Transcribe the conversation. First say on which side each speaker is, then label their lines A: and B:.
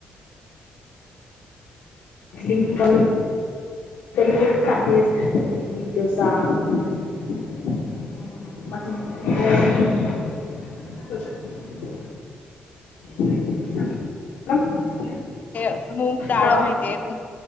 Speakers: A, on the left; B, on the left.
A: <unintelligible> <unintelligible> इडली डोसा. <unintelligible> <unintelligible>
B: ते मूग डाळ
A: हा
B: माहितीय तुम